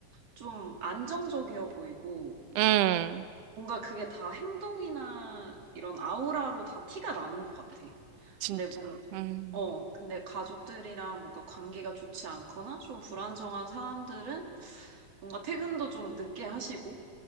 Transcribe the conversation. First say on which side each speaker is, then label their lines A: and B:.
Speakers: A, on the right (about 55°); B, on the right (about 70°).
A: 좀 안정적이어 보이고
B: 음,
A: 뭔가 그게 다 행동이나 이런 아우라로 다 티가 나는 것 같아.
B: 진짜.
A: 근데 뭐,
B: 음,
A: 어, 근데 가족들이랑 뭔가 관계가 좋지 않거나 좀 불안정한 사람들은 뭔가 퇴근도 좀 늦게 하시고,